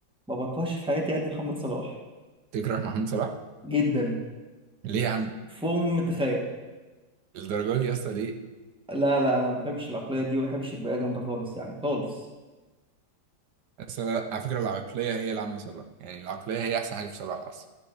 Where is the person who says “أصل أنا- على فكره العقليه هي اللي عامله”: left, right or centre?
Right